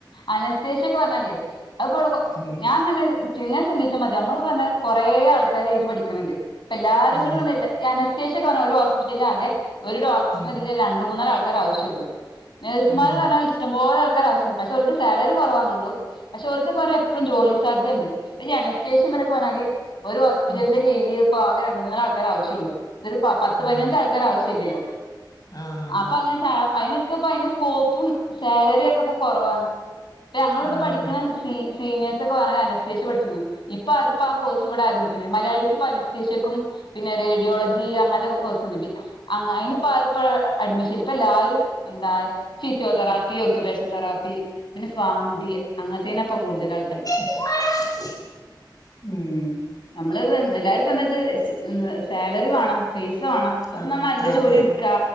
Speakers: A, on the left; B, on the left.
A: അനസ്തേഷ്യ ഒക്കെ പരഞ്ഞാലേ അത് അപ്പോ ഇവിടെ
B: ഉം
A: ഞാൻ ങ്ങന് ഇങ്ങനെ ചിന്തിച്ചാ മതി നമ്മള് പറഞ്ഞ കൊറേ ആൾക്കാര് അയിന് പഠിക്കുനുണ്ട് പ്പാ എല്ലാരും
B: ഉം
A: കൂടി <unintelligible> ഈ അനസ്തേഷ്യക്കെ <unintelligible> ഒരു ഹോസ്പിറ്റല് ആകെ ഒരു ഡോക്ടറിന്
B: ഉം
A: അതില് രണ്ട് മൂന്നാല് ആൾക്കാരെ ആവശ്യള്ളൂ നേഴ്സുമാർ
B: ഉം
A: പറഞ്ഞാ ഇഷ്ടംപോലെ ആൾക്കാരെ ആവശ്യണ്ട് പക്ഷേ ഓല്ക്ക് സാലറി കുറവാന്നേള്ളൂ. പക്ഷെ ഓര്ക്ക് കുറെ എപ്പളും ജോലി സാധ്യതണ്ട് പക്ഷെ അനസ്തേഷ്യ വരെ <unintelligible> ഒരു ഹോസ്പിറ്റലിന്റെ
B: ഉം
A: കീഴിൽ ഇപ്പം ആകെ രണ്ട് മൂന്ന് ആൾ ആൾക്കാരെ ആവശ്യള്ളു ഇത് ഒരു പപത്തുപതിനഞ്ച്
B: ആഹ്
A: ആൾക്- ക്കാരെ ആവശ്യല്ലല്ലോ
B: ആഹ്
A: അപ്പൊ അങ്ങന്- സാപ്പ് അയിനൊക്കെ ഇപ്പ അയിന്റെ സ്കോപ്പും സാലറി ഒക്കെ ഇപ്പൊ കൊറവാ. ട്ട് അമ്മളിവിടെ
B: ആഹ്
A: പഠിക്കുന്ന സീ സീനിയേഴ്സ് ഒക്കെ വേണേൽ അനസ്തേഷ്യ പഠിച്ചിരുന്നു ഇപ്പൊ ആരും ഇപ്പോ ആ കോഴ്സ് ഇവിടാരും എടുക്കണില്ല മലയാളീസ് ഇപ്പം അനസ്തേഷ്യക്കും പിന്നെ റേഡിയോളജി അങ്ങനത്തെ കോ കോഴ്സ്ണ്ട് ബി അങ്ങ അയിനിപ്പ ആരു ഇപ്പോ അഡ്മിഷൻ ഇല്ല ഇപ്പ എല്ലാരും എന്താ ഫിസിയോതെറാപ്പിയും ഓക്കുപേഷൻ <unintelligible> തെറാപ്പി പിന്നെ ഫാംഡി അങ്ങനത്തേന്നെപ്പൊ കൂടുതൽ ആൾക്കാർ
B: <unintelligible> ഉം
A: നമ്മള് വ് എല്ലാരുപ്പ എന്ന്ച് <unintelligible> സാലറി വേണം പൈസ വേണം പ്പ്ന്നാ
B: ആഹ്
A: നല്ല
B: ആഹ്
A: ജോലി
B: ആഹ്
A: എടുക്കാ